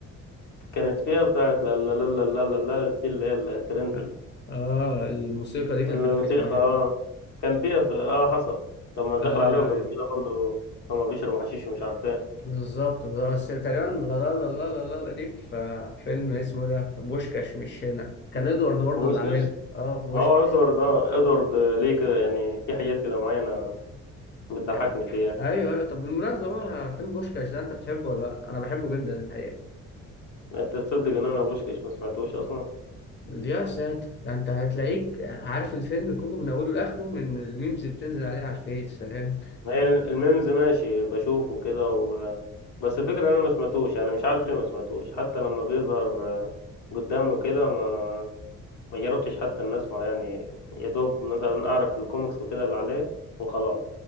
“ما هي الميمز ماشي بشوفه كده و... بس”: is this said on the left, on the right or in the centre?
Left